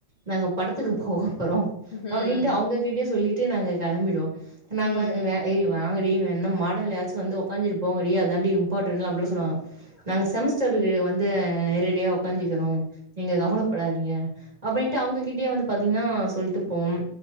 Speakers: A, on the right; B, on the left.
A: நாங்க படத்துக்கு போவோ போறோம்
B: ம்
A: அப்டின்ட்டு அவங்ககிட்டயே சொல்லிட்டு நாங்க கெளம்பிடுவோம் நாங்க
B: ம்
A: வ ஏய் வாங்க டி என்ன மாடல்ன்னுயாச்சு வந்து உக்காந்து போங்கடி அதான்டி இம்பார்ட் டண்ட் அப்டிலாம் சொல்லுவாங்க
B: ம்
A: நாங்க
B: ம்
A: செமஸ் டர்க்கு வந்து நேரடியா உக்காஞ்சிக்கிறோ நீங்க கவலைப்படாதீங்க அப்டின்ட்டு அவங்ககிட்டயே வந்து பாத்தீங்கனா சொல்லிட்டு போம்